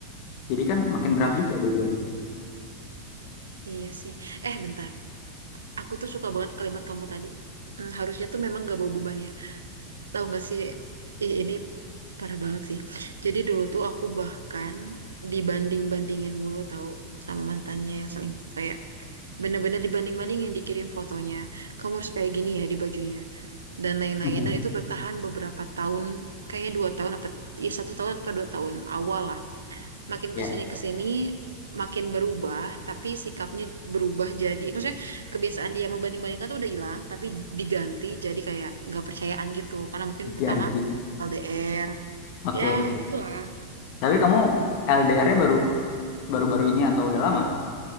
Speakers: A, on the left; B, on the right.
A: Jadi kan makin berat
B: Wah,
A: juga dua-duanya.
B: iya sih. Eh, bentar. Aku tuh suka banget kalimat kamu tadi. Hmm, harusnya tuh memang gak bawa beban Tahu nggak sih? Ih, ini parah banget sih. Jadi dulu tuh aku bahkan dibanding-bandingin mulu tahu sama mantannya yang selingkuh. Kayak bener-bener dibanding-bandingin dikirim fotonya. Kamu harus kayak gini ya di bajunya dan lain-lain.
A: <laughs>
B: Dan itu bertahan beberapa tahun, kayaknya dua tahun apa ya satu tahun apa dua tahun awal makin
A: Ya,
B: kesini kesini makin berubah tapi sikapnya berubah jadi maksudnya kebiasaan dia membanding-bandingkan tuh udah hilang tapi diganti jadi kayak nggak percayaan gitu karena mungkin
A: ganti.
B: pertama LDR
A: Oke.
B: ya gitulah
A: Tapi kamu LDR-nya baru baru-baru ini atau udah lama?